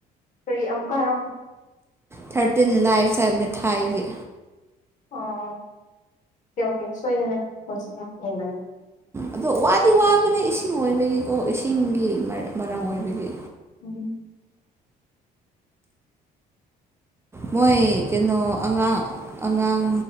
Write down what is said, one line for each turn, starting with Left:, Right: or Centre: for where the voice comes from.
Left: ꯀꯔꯤ ꯑꯃꯨꯛꯀ ꯍꯥꯏꯔꯛꯑꯣꯅꯦ
Right: ꯊꯔꯇꯤꯟ ꯂꯥꯏꯐꯁ ꯍꯥꯏꯕꯅꯦ ꯊꯥꯏꯒꯤ
Left: ꯑꯥ ꯑꯣꯀꯦ ꯑꯣꯀꯦ ꯁꯣꯏꯗꯅ ꯍꯧꯖꯤꯛꯃꯛ ꯌꯦꯡꯒꯅꯤ
Right: ꯑꯗꯣ ꯋꯥꯗꯤ ꯋꯥꯕꯅꯦ ꯏꯁꯤꯡ ꯑꯣꯏꯕꯒꯤꯀꯣ ꯏꯁꯤꯡꯒꯤ ꯃꯔꯝ ꯑꯣꯏꯕꯒꯤ
Left: ꯎꯝ
Right: ꯃꯣꯏ ꯀꯩꯅꯣ ꯑꯉꯥꯡ ꯑꯉꯥꯡ